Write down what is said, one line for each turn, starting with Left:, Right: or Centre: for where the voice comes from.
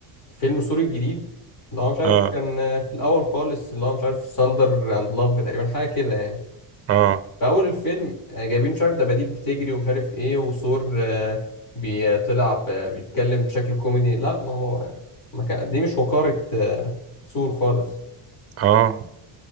Left: فيلم سوري الجديد اللي هو مش عارف
Right: اه
Left: كان آه، في الاول خالص اللي هو مش عارف ساندر اند لاف تقريبا حاجه كده يعني
Right: اه
Left: في اول الفيلم آه، جايبين مش عارف دباديب بتجري ومش عارف ايه وثور آه، بيطلع ب- بيتكلم بشكل كوميدي لا ما هو ما كان دي مش وقارة آه، ثور خالص
Right: اه